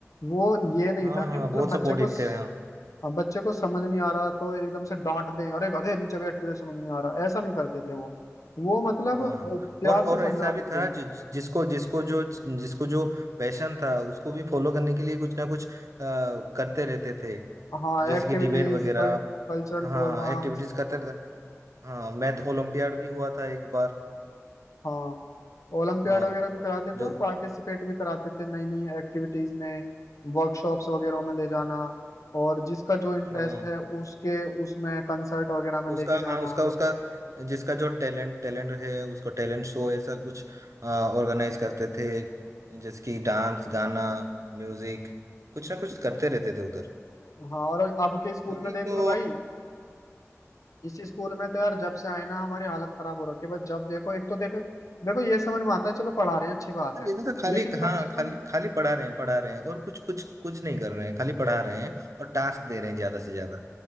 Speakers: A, on the left (about 90°); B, on the right (about 75°).
A: वो ये नहीं
B: हाँ
A: था
B: हाँ
A: कि मतलब
B: बहुत
A: बच्चे
B: सपोर्टिव
A: को स-
B: थे हाँ
A: हाँ, बच्चे को समझ नहीं आ रहा तो एकदम से डांट दें अरे गधे नीचे बैठ तुझे समझ नहीं आ रहा ऐसा नहीं करते थे वो वो मतलब
B: हाँ
A: अ,
B: हाँ।
A: प्यार
B: और और
A: से समझाते
B: ऐसा भी था
A: थे
B: जि, जिसको जिसको जो जिसको जो पैशन था उसको भी फॉलो करने के लिए कुछ ना कुछ अ, करते रहते थे
A: हाँ
B: जैसे
A: एक्टिविटीज
B: कि डिबेट वगैरह
A: कल, कल्चरल
B: हाँ
A: प्रोग्राम्स
B: एक्टिविटीज करते रहते। हाँ मैथ ओलंपियाड भी हुआ था एक बार
A: हाँ ओलंपियाड
B: हाँ
A: वगैरह भी कराते
B: जो
A: थे और पार्टिसिपेट भी कराते थे नई नई एक्टिविटीज में वर्कशॉप्स वगैरह में ले जाना और जिसका जो इंटरेस्ट
B: हाँ
A: है उसके उसमें कंसर्ट वगैरह में
B: उसका
A: लेके जाना
B: हाँ उसका उसका जिसका जो टैलेंट टैलेंट है उसको टैलेंट शो ऐसा कुछ ऑर्गेनाइज करते थे जैसे कि डांस गाना म्यूजिक कुछ ना कुछ करते रहते थे उधर
A: हाँ और अब के स्कूल
B: अभी
A: में देख
B: तो
A: लो भाई इसी स्कूल में तो यार जब से आए ना हमारी हालत खराब हो रखी है बस जब देखो एक तो देखो देखो ये समझ में आता है चलो पढ़ा रहे हैं अच्छी बात है
B: इधर तो खाली
A: लेकिन कम
B: हाँ
A: से कम
B: खाली खाली पढ़ा रहे हैं पढ़ा रहे हैं और कुछ कुछ कुछ नहीं कर रहे हैं खाली पढ़ा रहे हैं और टास्क दे रहे हैं ज्यादा से ज्यादा